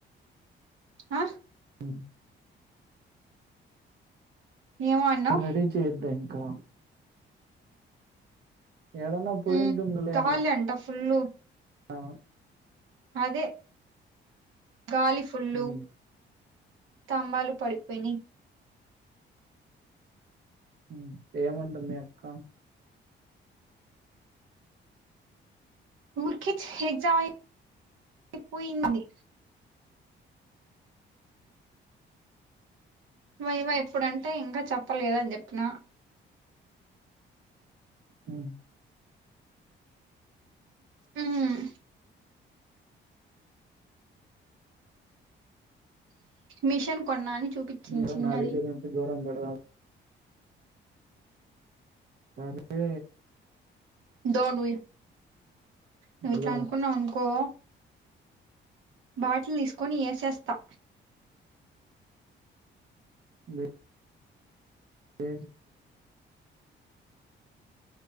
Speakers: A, on the right; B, on the right.
A: అ
B: ఉ
A: ఏమో అన్నావ్
B: రెడీ చేయద్దా ఇంకా ఎడనా పోయింటందిలేన
A: ఉమ్ గాలి అంట ఫుల్లు
B: ఆ
A: అదే గాలి ఫుల్లు
B: ఉమ్,
A: స్తంభాలు పడిపోయినయ్
B: ఉ ఏముంటుంది అక్క
A: ఊరికే ఎగ్జామ్ అయిపోయింది వైవా ఎప్పుడంటే ఇంకా చెప్పలేదు అని చెప్పిన
B: ఉ
A: ఉమ్ మిషన్ కొన్నా చూపించింది
B: మీరు
A: చిన్నది
B: నా దగ్గర నుండి దూరం బేడ సరే
A: దొ నువు ఇ నువ్
B: హలో
A: ఇట్లనుకున్నవనుకో బాటిలు తీసుకొని ఏసేస్తా
B: బె జ